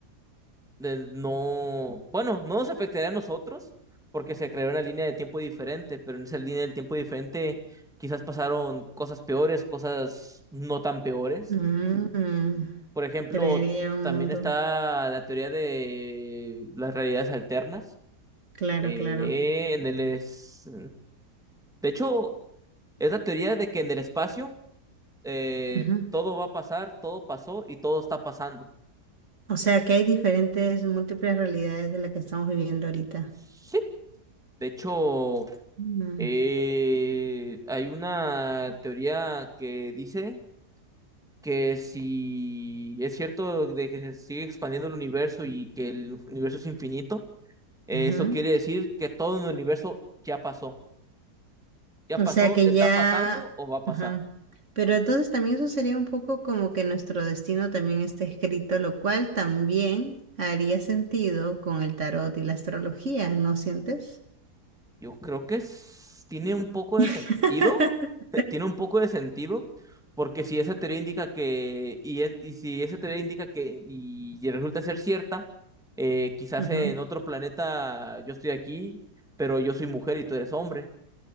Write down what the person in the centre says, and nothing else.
de- no, bueno, no nos afectaría a nosotros porque se creó una línea de tiempo diferente, pero en esa línea del tiempo diferente quizás pasaron cosas peores, cosas no tan peores.
Por ejemplo,
también
está la teoría de las realidades alternas
Eh,
en el es... De hecho, es la teoría de que en el espacio eh,
todo va a pasar, todo pasó y todo está pasando.
Sí. De hecho,
eh, hay una teoría que dice que si es cierto de que se sigue expandiendo el universo y que el universo es infinito, eh,
eso quiere decir que todo en el universo ya pasó. Ya
pasó,
está
pasando o va a pasar.
Yo creo que es- tiene un poco de
sentido, <laughs> tiene un poco de sentido, porque si esa teoría indica que, y, es- y si esa teoría indica que, y, y resulta ser cierta, eh, quizás
en otro planeta yo estoy aquí, pero yo soy mujer y tú eres hombre